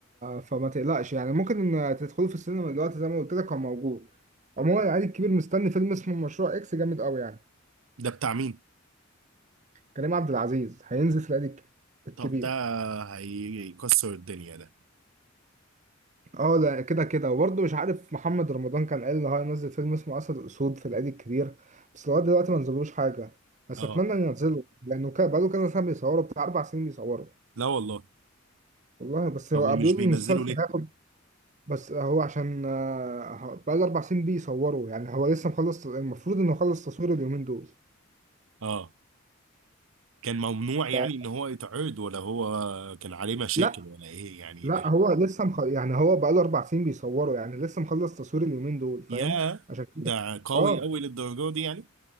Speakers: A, on the right (about 35°); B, on the right (about 75°).
A: فما تقلقش يعني ممكن إن تدخلوا في السينما دلوقتي زي ما قلت لك هو موجود عموما العيد الكبير مستني فيلم اسمه مشروع اكس جامد قوي يعني
B: ده بتاع مين
A: كريم عبد العزيز هينزل في العيد الك- الكبير
B: طب ده هيكسر الدنيا ده
A: اه لا كده كده وبرضه مش عارف محمد رمضان كان قال ان هو هينزل فيلم اسمه اسد اسود في العيد الكبير بس لغايه دلوقتي ما نزلوش حاجه بس
B: اه
A: اتمنى ان ينزلوا لانه كا- بقاله كذا سنه بيصوروا بتاع اربع سنين بيصوروا
B: لا والله
A: والله بس
B: طب
A: هو
B: ومش
A: بيقولوا
B: بينزله
A: المسلسل
B: ليه
A: هياخد بس هو عشان آه، بقاله أربع سنين بيصوروا يعني هو لسه مخلص المفروض إنه خلص تصوير اليومين دول
B: اه كان ممنوع يعني
A: فلا
B: ان هو يتعرض ولا هو كان عليه مشاكل
A: لا
B: ولا ايه يعني
A: لا هو لسه مخ... يعني هو بقاله أربع سنين بيصوروا يعني لسه مخلص تصوير اليومين دول فاهم
B: يا
A: عشان كده
B: ده قوي
A: اه
B: قوي للدرجة دي يعني